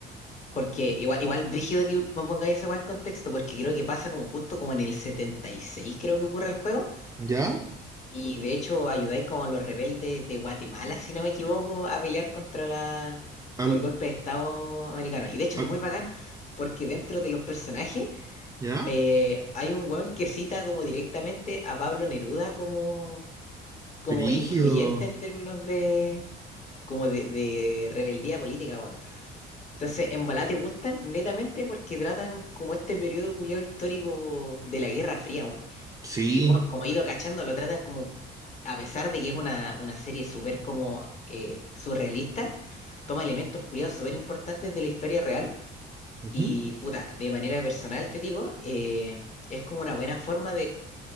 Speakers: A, on the left; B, on the right.
A: Porque igual, igual brígido que me pongáis esa weá en contexto, porque creo que pasa como justo como en el 76, creo que ocurre el juego,
B: ¿Ya?
A: y de hecho ayudáis como a los rebeldes de Guatemala, si no me equivoco, a pelear contra la,
B: Al,
A: como el golpe de Estado americano. Y de hecho
B: al-
A: es muy bacán, porque dentro de los personajes,
B: ¿ya?
A: eh, hay un weón que cita como directamente a Pablo Neruda como, como
B: Brígido.
A: influyente en términos de, como de, de rebeldía política, weón. Entonces, en Balá te gustan netamente porque tratan como este periodo culiao histórico de la Guerra Fría, weón.
B: Sí.
A: Y, bueno como he ido cachando, lo tratan como, a pesar de que es una, una serie súper como eh, surrealista, toma elementos culiados súper importantes de la historia real.
B: Ujú.
A: Y, puta, de manera personal te digo, eh, es como una buena forma